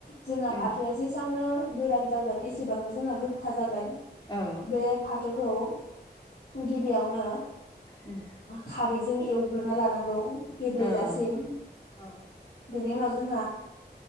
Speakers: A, on the left; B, on the left.
A: जोंहा
B: उम
A: फाथोआ जेसांनो गोरान जागोन एसेबां जोंहा गोखा जागोन
B: औ
A: बे फाथोखौ गिबियावनो
B: उम
A: खारैजों एवग्रोना लानांगौ गेब्ले
B: औ
A: जासिम
B: औ
A: बेनि उनाव जों